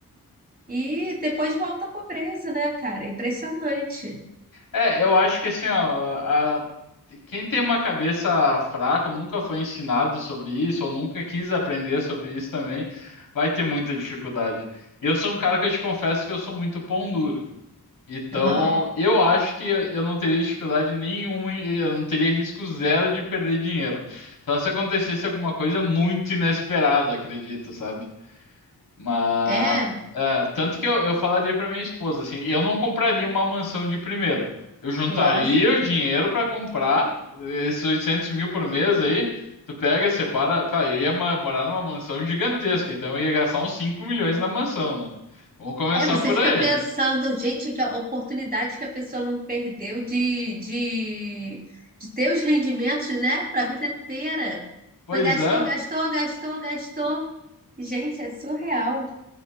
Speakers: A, on the right (about 25°); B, on the left (about 65°).
A: e depois volta à pobreza, né, cara? É impressionante.
B: É, eu acho que assim, ó, a- quem tem uma cabeça fraca ou nunca foi ensinado sobre isso, ou nunca quis aprender sobre isso também, vai ter muita dificuldade. Eu sou um cara que eu te confesso que eu sou muito pão duro. Então,
A: Aham.
B: eu acho que eu eu não teria dificuldade nenhuma, e eu não teria risco zero de perder dinheiro. Só se acontecesse alguma coisa muito inesperada, acredito, sabe? Mas,
A: É,
B: Tá? é, tanto que eu, eu falaria para minha esposa assim, eu não compraria uma mansão de primeira. Eu juntaria
A: lógico.
B: o dinheiro para comprar esses 800 mil por mês aí. Tu pega, separa. Claro, eu ia ma- morar numa mansão gigantesca, então eu ia gastar uns 5 milhões na mansão, né? Vamos começar
A: É, você
B: por
A: fica
B: aí.
A: pensando, gente, que a oportunidade que a pessoa não perdeu de, de, de ter os rendimentos, né, para a vida inteira.
B: Pois
A: Foi, gastou,
B: é.
A: gastou, gastou, gastou. Gente, é surreal.